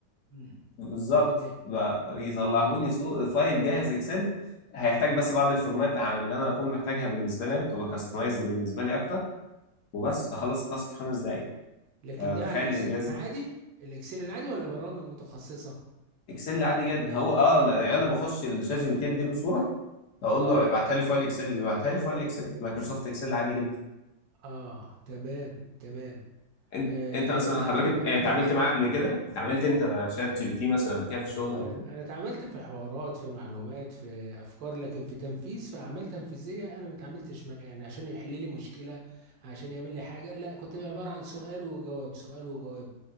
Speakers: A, on the right; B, on the left.
A: امم
B: بالظبط
A: تمام
B: بقى يطلعوا لي صو- فايل جاهز اكسل هيحتاج بس بعض الفورمات على اللي انا اكون محتاجها بالنسبه لي تبقى كاستمايزد بالنسبه لي اكتر وبس هخلص التاسك في خمس دقائق
A: لكن
B: فتخيل
A: ده على الإكسل
B: الانجاز
A: العادي
B: ده
A: الإكسل العادي ولا برامج متخصصة
B: اكسل عادي جدا هو اه انا يعني
A: آه
B: أنا بخش الشات جي بي تي اديله صوره هقول
A: آه
B: له ابعتها لي فايل اكسل بيبعتها لي فايل اكسل مايكروسوفت اكسل عادي جدا
A: آه تمام تمام
B: انت
A: آه
B: انت مثلا
A: بيقوم
B: حضرتك
A: بمهام
B: آه، اتعاملت
A: تانية
B: معاه قبل كده اتعاملت انت مع شات جي بي تي مثلا قبل كده في الشغل قبل
A: انا
B: كده
A: أنا اتعاملت في حوارات في معلومات في افكار لكن في تنفيذ في اعمال تنفيذيه انا ما اتعاملتش معاه يعني عشان يحل لي مشكله عشان يعمل لي حاجه لا كنت عباره عن سؤال وجواب سؤال وجواب